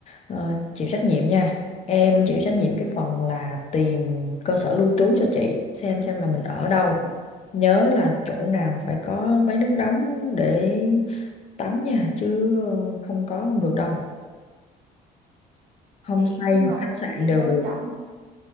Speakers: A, on the left; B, on the right.
A: ờ, chịu trách nhiệm nha. Em chịu trách nhiệm cái phần là tìm cơ sở lưu trú cho chị xem xem là mình ở đâu. Nhớ là chỗ nào phải có máy nước nóng để tắm nha chứ ờ, không có không được đâu homestay
B: Để- nhưng
A: hoặc
B: mà
A: khách
B: một
A: sạn
B: cái điều
A: đều
B: quan
A: được
B: trọng